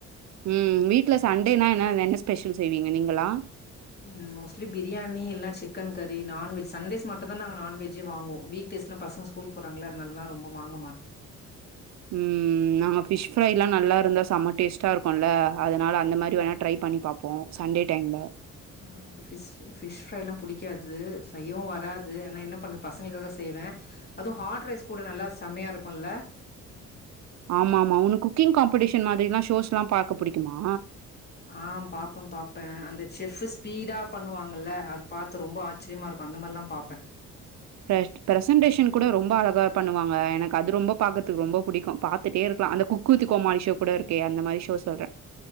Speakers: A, on the right; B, on the left.
A: ம் வீட்ல சண்டேனா என்ன என்ன ஸ்பெஷல் செய்வீங்க நீங்களா
B: ம் மோஸ்லி பிரியாணி இல்னா சிக்கன் கறி நான்வெஜ் சண்டேஸ் மட்டுதா நாங் நான்வெஜ்ஜே வாங்குவோ வீக் டேஸ்லா பசங்க ஸ் கூல் போறாங்கல அதனல்லலா ரொம்ப வாங்க மாட்டே
A: ம் நாங்க ஃபிஷ் ஃப்ரைல்லா நல்லா இருந்தா செம்ம டேஸ்ட்டா இருக்குல்ல அதனால அந்த மாரி வேணா ட்ரை பண்ணி பாப் போ சண்டே டைம்ல
B: ஆமா என்னக் ஃபிஷ் ஃபிஷ் ஃப்ரைலா புடிக்காது செய்யவு வராது ஆனா என்ன பண்ணு பசங்களுக்காக செய்வே அது ஹாட் ரைஸ் கூட நல்லா செம்மையாக இருக்குல்ல
A: ஆமா ஆமா உனக் குக்கிங் காம்படிஷன் மாதிரில்லா ஷோஸ் எல்லா பாக்க புடிக்குமா
B: ஆ பாப்ப பாப்பே அந்த செஃப் ஸ்பீடா பண்ணுவாங்கல்ல அது பார்த்து ரொம்ப ஆ ச்சிரியமா இருக்கு அந்த மார்லா பாப்பே
A: டர் பிரசன்டேஷன் கூட ரொம்ப அழகா பண்ணுவாங்க எனக் அது ரொம்ப பாக்கற்துக்கு ரொம்ப புடிக்கு த்துட்டே இருக்கலா அந்த குக்குவித் கோமாளி ஷோ கூட இருக்கே அந்த மாரி ஷோ சொல்றே